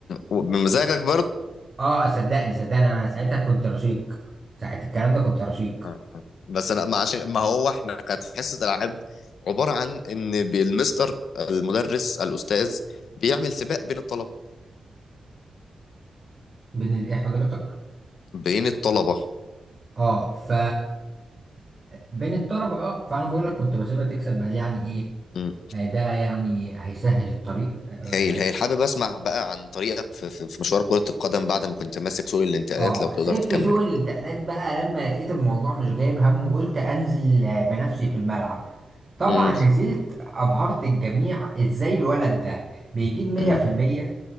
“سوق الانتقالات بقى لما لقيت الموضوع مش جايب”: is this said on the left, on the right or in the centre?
Right